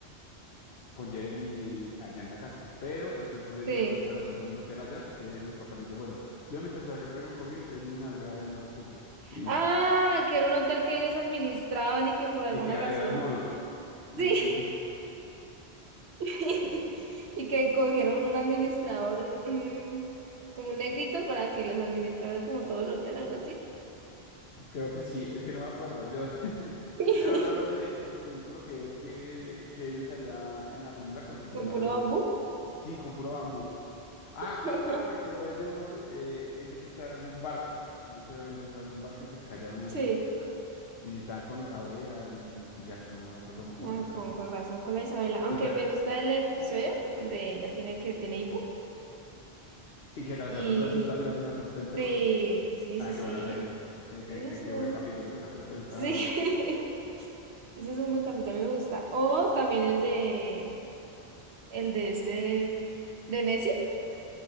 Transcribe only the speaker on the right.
sí.
Ah,
que era un hotel que ellos administraban y que
por alguna
razón.
Sí.
<laughs> Y que cogieron un administrador, un, un- como un negrito para que les administrara como todo el hotel, algo así.
<laughs>
Con puro bambú.
<laughs>
Sí.
Ah,
con,
con razón con la Isabela. Aunque
me gusta el episodio donde ella tiene que tiene hipo.
Y
sí, sí,
sí,
sí.
eh,
Ese
es un.
Sí.
<laughs> Ese es un buen capítulo, a mí me gusta. O también el de el de este de Nessie.